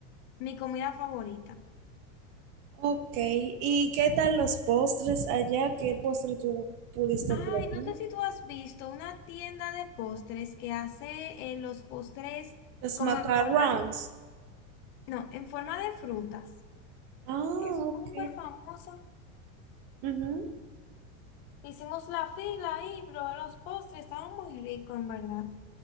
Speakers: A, on the left; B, on the right.
A: mi comida favorita.
B: Ok, ¿y qué tal los postres allá? ¿Qué postre tú pudiste
A: Ay,
B: probar?
A: no sé si tú has visto una tienda de postres que hace eh, los postres
B: Los
A: como
B: macarons.
A: en forma de, no, en forma de frutas.
B: Ah,
A: Es
B: ok.
A: súper famosa.
B: Ujú.
A: Hicimos la fila ahí, probé los postres, estaban muy ricos en verdad.